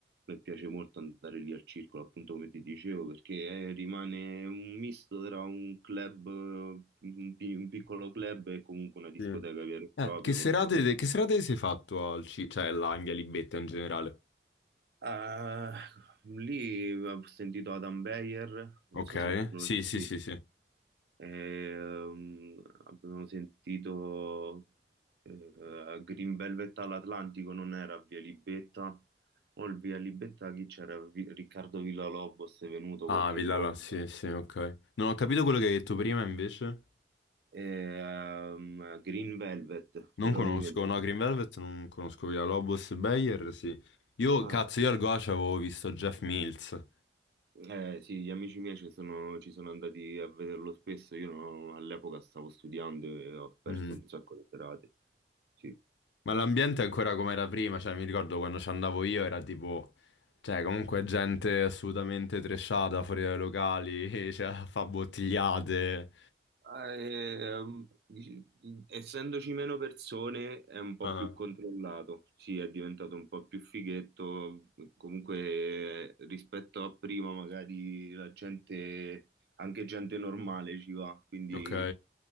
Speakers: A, on the right; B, on the left.
A: mi piace molto andare lì al circolo, appunto come ti dicevo, perché eh, rimane un misto tra un club, eh, un, pi- un piccolo club e comunque una discoteca
B: sì.
A: vera e
B: Eh,
A: propria.
B: che serate,
A: col fatto
B: che serate si è fatto al C... cioè là in Via Libetta in generale?
A: Eh, lì ho sentito Adam Beyer, non
B: Ok,
A: so se conosci,
B: sì, sì, sì, sì.
A: Ehm, abbiamo sentito eh, Green Velvet all'Atlantico, non era Via Libetta, o il Via Libetta chi c'era? Vi- Riccardo Villalobos è venuto qualche
B: Ah, Villala,
A: volta,
B: sì, sì, ok. Non ho capito quello che hai detto prima, invece.
A: Ehm, Green Velvet,
B: Non
A: però
B: conosco,
A: lui veniva.
B: no, Green Velvet non conosco Villa Lobos e Bayer, sì. Io,
A: Ah,
B: cazzo, io al Goce avevo visto Jeff Mills.
A: Eh, sì, gli amici miei ci sono, ci sono andati a vederlo spesso. Io non- all'epoca stavo studiando e ho perso
B: Mhm.
A: un sacco di serate. Sì.
B: Ma l'ambiente è ancora come era prima, cioè mi ricordo quando ci andavo io era tipo... Cioè, comunque gente assolutamente trashata fuori dai locali, <laughs> cioè, fa bottigliate.
A: Eh, dici- essendoci meno persone è un po'
B: Ah,
A: più controllato. Sì, è diventato un po' più fighetto. Comunque, eh, rispetto a prima, magari la gente, anche gente normale ci va. Quindi.
B: ok,